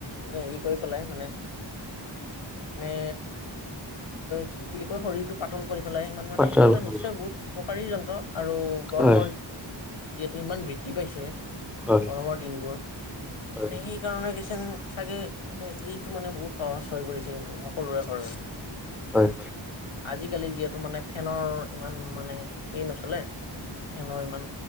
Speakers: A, on the left; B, in the centre.
A: হেৰি পেলায় মানে মানে কি বুলি কয় শৰীৰটো পাতল। কৰি পেলাই ইমান মানে
B: পাতৰা
A: সেইটো
B: অলপমান।
A: এটা নিশ্চয় বহুত উপ। <unintelligible> যন্ত্ৰ। আৰু গৰমৰ।
B: হয়
A: যিহেতু ইমান বৃ দ্ধি পাইছে।
B: হয়
A: গৰমৰ দিনবোৰ
B: হয়
A: মানে সেই কাৰণে কিছু। চাগে মানে এইটো মানে বহুত সহজ হৈ পৰিছে কিন্তু সকলোৰে ঘৰৰে।
B: হয়।
A: আজিকালি যিহেতু মানে ফেনৰ ইমান মানে হেৰি নচলে। ফেনৰ ইমান